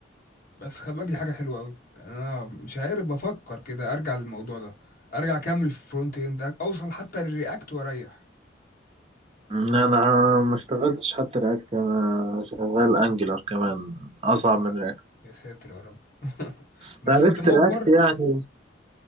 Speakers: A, on the left (about 50°); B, on the right (about 30°).
A: بس خلي بالك دي حاجة حلوة أوي يعني أنا مش عارف بفكر كده أرجع للموضوع ده أرجع أكمل في الفرونت إند أوصل حتى للرياكت وأريح
B: انا ما اشتغلتش حتى رياكت انا شغال انجلر كمان اصعب
A: آه
B: من رياكت
A: يا ساتر يا رب <laughs>
B: بس انت
A: بس
B: عرفت
A: أنت مجبر
B: رياكت يعني